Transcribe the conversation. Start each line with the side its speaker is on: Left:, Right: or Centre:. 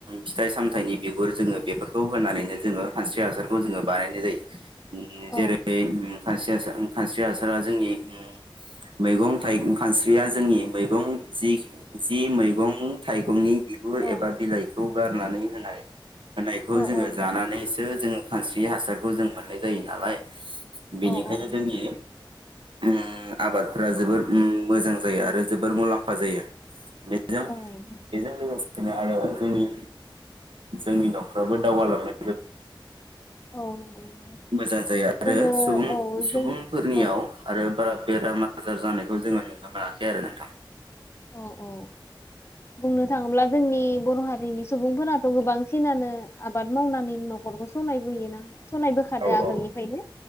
Right: फिथाइ सामथानि बिगुर जोङो बेफोरखौ होनानैनो जोङो खानस्रि हासारखौ जोङो बानायनाय जायो। ओम
Left: औ
Right: जेरै ओम खानस्रि हासार उ खानस्रि हासारा जोंनि ओम मैगं थाइ खानस्रिया जोंनि मैगं जि जि मैगं थाइगंनि बिगुर
Left: औ
Right: एबा बिलाइ खौ गारनानै होनाय होनायखौ
Left: औ
Right: जोङो
Left: औ नंगौ
Right: जानानैसो जोङो खानस्रि हासारखौ जों मोननाय जायो नालाय। बेनिखायनो
Left: औ औ
Right: जोंनि ओम आबादफोरा जोबोर उम मोजां जायो आरो जोबोर मुलाम्फा जायो। बेजों
Left: औ
Right: बेजों लोगोसेनो आरो जोंनि जोंनि न रावबो दावगालांनो
Left: औ नंगौ नंगौ
Right: मोजां जायो
Left: जोङो
Right: आरो सुबुं-सुबुंफोरनियाव
Left: औ जों औ
Right: आरो बारा बेराम आजार जानाय बेखौ जोङो नुनो मोनाखै आरो नोंथां।
Left: अ अ बुंनो थाङोब्ला जोंनि बर' हारिनि सुबुंफोराथ गोबांसिनानो आबाद मावनानै नखरखौ सलायबोयोना। सोलायबोखादो
Right: औ
Left: आगोलनिफ्रायनो
Right: औ